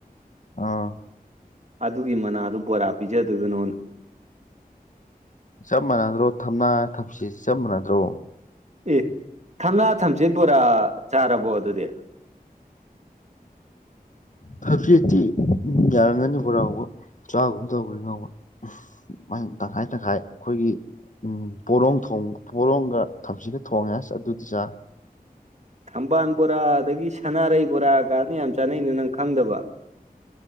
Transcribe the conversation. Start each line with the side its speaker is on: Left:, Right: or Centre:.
Left: ꯑꯥ꯫
Right: ꯑꯗꯨꯒꯤ ꯃꯅꯥꯗꯨ ꯕꯣꯔꯥ ꯄꯤꯖꯗꯣꯏꯕ ꯅꯥꯉꯣꯟꯗ꯫
Left: ꯆꯞ ꯃꯥꯟꯅꯗ꯭ꯔꯣ ꯊꯝꯅꯥ ꯊꯝꯆꯦꯠ ꯁꯤ ꯆꯞ ꯃꯥꯟꯅꯗ꯭ꯔꯣ꯫
Right: ꯑꯦ ꯊꯝꯅꯥ ꯊꯝꯆꯦꯠ ꯕꯣꯔꯥ ꯆꯥꯔꯕꯣ ꯑꯗꯨꯗꯤ꯫
Left: ꯊꯝꯆꯦꯠꯇꯤ ꯌꯥꯔꯝꯒꯅꯤ ꯕꯣꯔꯥ ꯍꯧꯕ ꯆꯥꯒꯨꯝ ꯇꯧꯕꯈꯅꯤ ꯉꯥꯍꯟꯋꯥꯏ꯫ ꯇꯪꯈꯥꯏ ꯇꯪꯈꯥꯏ ꯑꯩꯈꯣꯏꯒꯤ꯫ ꯎꯝ ꯄꯣꯔꯣꯡ ꯊꯣꯡ ꯄꯣꯔꯣꯝꯒ ꯊꯝꯆꯦꯠ ꯊꯣꯡꯉꯦ ꯑꯗꯨꯗꯤ ꯆꯥꯔꯦ꯫
Right: ꯊꯝꯕꯥꯜ ꯕꯣꯔꯥ ꯑꯗꯒꯤ ꯁꯅꯥꯔꯩ ꯕꯣꯔꯥ ꯀꯅ ꯌꯥꯝ ꯆꯥꯅꯩꯩꯅꯣ ꯅꯪ ꯈꯪꯗꯕ꯫